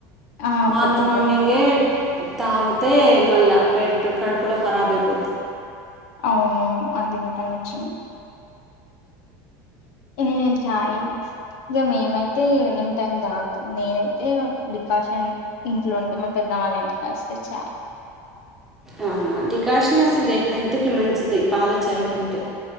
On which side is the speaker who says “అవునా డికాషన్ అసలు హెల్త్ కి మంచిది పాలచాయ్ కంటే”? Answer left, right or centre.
Centre